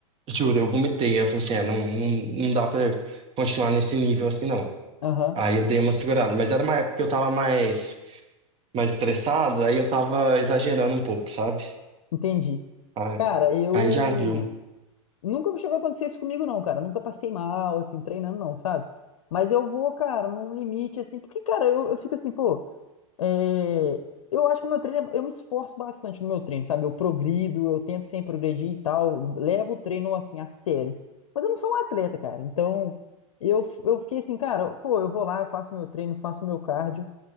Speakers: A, on the right; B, on the left.
A: é, juro, eu vomitei. eu falei assim, é, não, não, não dá pra continuar nesse nível assim, não.
B: Aham,
A: Aí eu dei uma segurada, mas era uma época que eu tava mais, mais estressado, aí eu tava exagerando um pouco, sabe?
B: entendi.
A: Aí,
B: Cara, eu.
A: aí já viu.
B: Nunca chegou a acontecer isso comigo, não, cara. Nunca passei mal, assim, treinando, não, sabe? Mas eu vou, cara, num limite, assim, porque, cara, eu, eu fico assim, pô. é, Eu acho que meu treino. é- Eu me esforço bastante no meu treino, sabe? Eu progrido, eu tento sempre progredir e tal. Levo o treino, assim, a sério. Mas eu não sou um atleta, cara. Então, eu, eu fiquei assim, cara, pô, eu vou lá, eu faço meu treino, faço meu cardio.